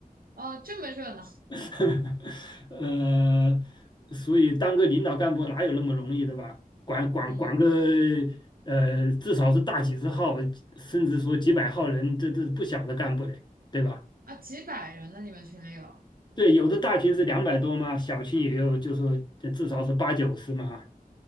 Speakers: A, on the right; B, on the left.
A: 哦，这么热闹。
B: <laughs> 呃，所以当个领导干部哪有那么容易，对吧？管管管个
A: 嗯
B: 呃，至少是大几十号，甚至说几百号人，这这是不小的干部嘞，对吧？
A: 啊，几百人呢？你们群里有？
B: 对，有的大群是两百多嘛，小群也有，就说至少是八九十嘛，